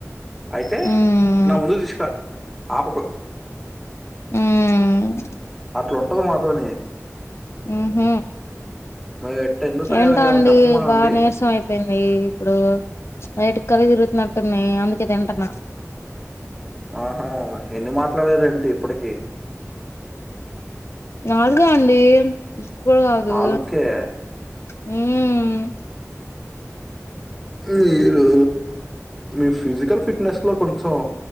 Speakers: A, in the centre; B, on the left (about 55°).
A: అయితే
B: మ్మ్
A: నా ముందు తీస్కరా ఆపకు
B: ఉమ్
A: అట్లుంటది మాతోని
B: ఉహ్
A: మేము ఎట్ట ఎందుకు తయారయ్యామో
B: ఏంటో అండి
A: చెప్పమా
B: బాగా
A: అండి
B: నీరసం అయిపోయింది ఇప్పుడు లైటుగా కళ్ళు తిరుగుతున్నట్టున్నాయి అందుకే తింటున్నా
A: ఆహా ఎన్ని మాట్లా <unintelligible> ఏంటి ఇప్పటికి
B: నాలుగ అండి ఇకుల్ కాదు
A: నాలుకే
B: మ్ మ్
A: మీరు మీ ఫిజికల్ ఫిట్నెస్ లో కొంచెం